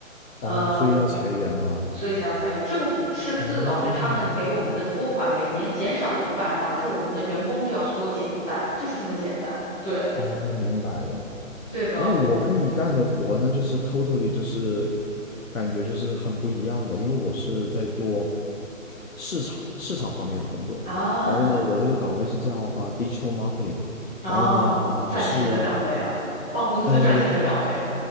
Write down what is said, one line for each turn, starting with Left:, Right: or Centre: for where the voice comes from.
Centre: 呃，
Left: 哦，所以要裁员了，
Centre: 所以才要裁员。政府赤字导致他们给我们的拨款每年减少了一半，
Left: 哦
Centre: 导致我们的员工就要缩减一半，就是这么简单。对，
Left: 哦，明白了。
Centre: 对的
Left: 那我跟你干的活呢，就是 totally 就是感觉就是很不一样的，因为我是在做市场市场方面的工作，
Centre: 啊。
Left: 然后呢，我这个岗位是叫啊、呃 digital marketing，
Centre: 哦，
Left: 然后呢啊、
Centre: 赚钱的岗位啊，
Left: 呃是
Centre: 帮公司赚钱的岗位。
Left: 呃